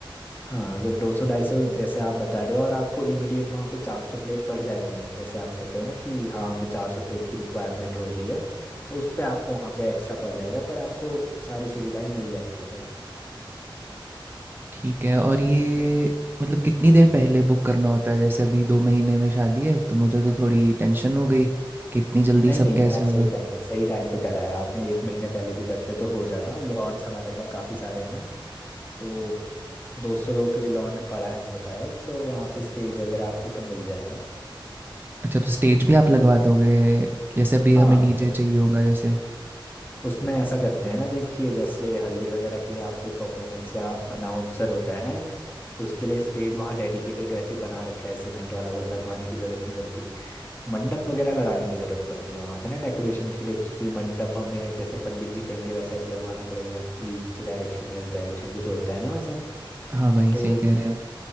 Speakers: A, on the left; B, on the right.
A: हाँ अगर दो सौ ढाई सौ जैसे आप बता रहे हो और आपको इमीडिएट वहाँ पे चार सौ प्लेट पड़ जाती है जैसे आप कहते हो ना कि हाँ हमें चार सौ प्लेट की रिक्वायरमेंट हो रही है तो उस पे आपको वहाँ पे एक्स्ट्रा पड़ जाएगा पर आपको सारी सुविधाएं मिल जाएंगी पर
B: ठीक है और ये मतलब कितनी देर पहले बुक करना होता है जैसे अभी दो महीने में शादी है तो मुझे तो थोड़ी टेंशन हो गई कि इतनी जल्दी
A: नहीं
B: सब
A: नहीं
B: कैसे
A: आप
B: होगा
A: सही टाइम पे सही टाइम पे करा है आपने एक महीने पहले भी करते तो हो जाता लॉन्स हमारे पास काफ़ी सारे हैं ना तो दो सौ लोगों के लिए लॉन पड़ा है मेरे पास एक तो वहाँ पे स्टेज वगैरह आपको सब मिल जाएगा
B: अच्छा तो स्टेज भी आप लगवा दोगे जैसे अभी हमें
A: हाँ
B: डीजे
A: उस,
B: चाहिए होगा जैसे
A: उसमें ऐसा करते हैं ना देखिए जैसे हल्दी वगैरह के लिए आप कोई परफॉर्मेंस या अनाउंसर होता है ना एक उसके लिए स्टेज वहाँ डेडिकेटेड वैसे बना रखा है सीमेंट वाला वो लगवाने की ज़रूरत नहीं पड़ती मंडप वगैरह लगाने की जरूरत पड़ती है वहां पे ना डेकोरेशन के लिए क्योंकि मंडप हमें जैसे पंडित जी कहेंगे वैसा ही लगवाना पड़ेगा ईस्ट डायरेक्शन वेस्ट डायरेक्शन कुछ होता है ना वैसा
B: हाँ भाई
A: तो
B: सही कह रहे हैं आप